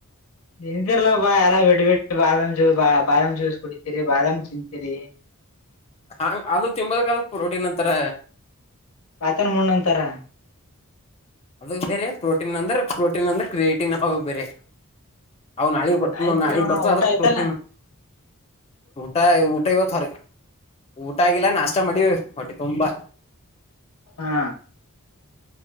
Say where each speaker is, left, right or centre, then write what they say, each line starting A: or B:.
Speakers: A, on the left; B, on the left.
A: ತಿಂತಿರ್ಾ ಬಾ ಎಲ್ಲಾ ಬಿಡ್ ಬಿಟ್ಟ ಬಾದಾಮ ಜ ಬ ಬಾದಾಮ ಜೂಸ್ ಕುಡಿತೀರಿ ಬಾದಾಮ ತಿಂತೀರಿ
B: ಹಾ ಅದು ತಿಂಬದಾದ ಪ್ರೋಟೀನ್ ಅಂತಾರ
A: ಆತನ ಮೂೋಣ್ಣಂತಾರ
B: ಅದ ಬೇರೆ ಪ್ರೋಟೀನ್ ಅಂದ್ರೆ ಪ್ರೋಟೀನ್ ಅಂದ್ರೆ ಕ್ರಿಯೇಟಿನ್ ಹ ಬೇರೆ ಅವ ನಾಳಗ್ ಬರ್ತ
A: ಆಯ್ತ್
B: ನೋ ನಾಳಿಗ್
A: ಅಣ್ಣ
B: ಬರ್ತ
A: ಊಟ
B: ಅದಕ್
A: ಆಯ್ತಲ್ಲ
B: ಪ್ರೋಟೀನ್ ಊಟ ಊಟ ಇವತ್ರ ಊಟ ಆಗಿಲ್ಲ ನಾಷ್ಟ ಮಾಡಿ ಹೊಟ್ಟೆ ತುಂಬಾ
A: ಹಾ